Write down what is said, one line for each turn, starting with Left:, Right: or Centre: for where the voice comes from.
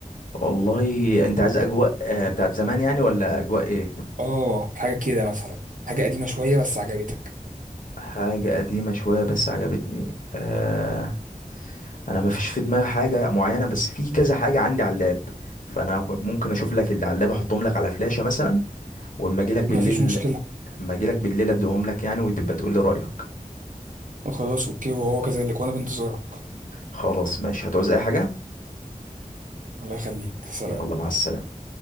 Left: والله انت عايز اجواء آه، بتاعت زمان يعني ولا اجواء ايه
Right: اه حاجه كده مثلا حاجه قديمه شويه بس عجبتك
Left: حاجة قديمة شوية بس عجبتني آه انا ما فيش في دماغي حاجة معينة بس في كذا حاجة عندي على اللاب فانا كو- ممكن اشوف لك اللي على اللاب احطهم لك على فلاشة مثلا واما اجي لك بالليل
Right: مفيش مشكله
Left: اما اجي لك بالليل اديهم لك يعني وتبقى تقول لي رأيك
Right: خلاص اوكي وهو كذلك وانا بنتظرك
Left: خلاص ماشي هتعوز اي حاجة
Right: الله يخليك سلام
Left: يلا مع السلامة